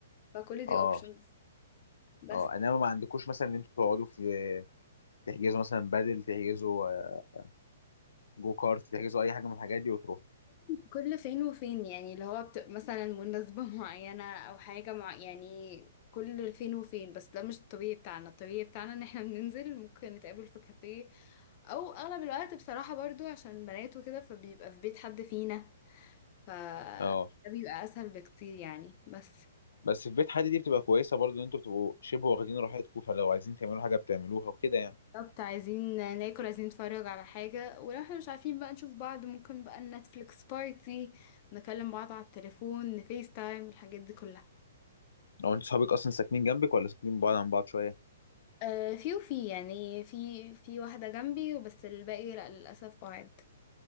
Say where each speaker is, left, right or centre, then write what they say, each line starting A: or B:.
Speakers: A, on the left; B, on the left.
A: فكل
B: اه
A: دي اوبشنز بس
B: اه انما ما عندكوش مثلا ان انتوا تقعدوا في تحجزوا مثلا بدل تحجزوا آه، جو كارت تحجزوا اي حاجه من الحاجات دي وتروحوا
A: كل فين وفين يعني اللي هو بت... مثلا مناسبة <laughs> معينة أو حاجة مع... يعني كل فين وفين بس ده مش الطبيعي بتاعنا الطبيعي بتاعنا إن احنا بننزل ممكن نتقابل في كافيه أو أغلب الوقت بصراحة برضو عشان بنات وكده فبيبقى في بيت حد فينا ف
B: اه
A: ده بيبقى أسهل بكتير يعني بس
B: بس في بيت حد دي بتبقى كويسه برضو ان انتوا بتبقوا شبه واخدين راحتكم فلو عايزين تعملوا حاجه بتعملوها وكده يعني
A: بالظبط عايزين ناكل عايزين نتفرج على حاجة ولو احنا مش عارفين بقى نشوف بعض ممكن بقى نتفليكس بارتي نكلم بعض على التليفون نفيس تايم الحاجات دي كلها
B: لو انتوا صحابك اصلا ساكنين جنبك ولا ساكنين بعاد عن بعض شويه
A: آه في وفي يعني في في واحدة جنبي وبس الباقي لأ للأسف بعاد